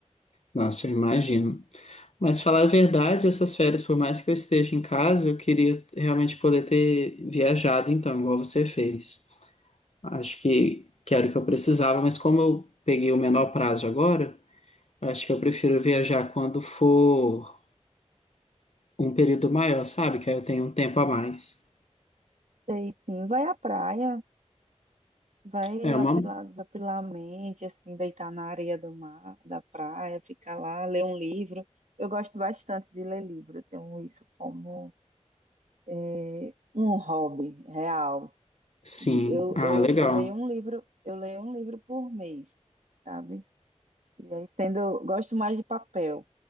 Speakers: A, on the left (about 65°); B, on the right (about 80°).
A: Nossa, eu imagino. Mas falar a verdade, essas férias, por mais que eu esteja em casa, eu queria realmente poder ter viajado, então, igual você fez. Acho que, que era o que eu precisava, mas como eu peguei o menor prazo agora, acho que eu prefiro viajar quando for um período maior, sabe? Que aí eu tenho um tempo a mais.
B: Sei sim, vai à praia, vai
A: É uma.
B: apilar, desapilar a mente, assim, deitar na areia do mar, da praia, ficar lá, ler um livro. Eu gosto bastante de ler livro, eu tenho isso como é, um hobby real.
A: Sim.
B: E Eu,
A: Ah,
B: eu,
A: legal.
B: eu leio um livro, eu leio um livro por mês, sabe? E aí tendo, gosto mais de papel.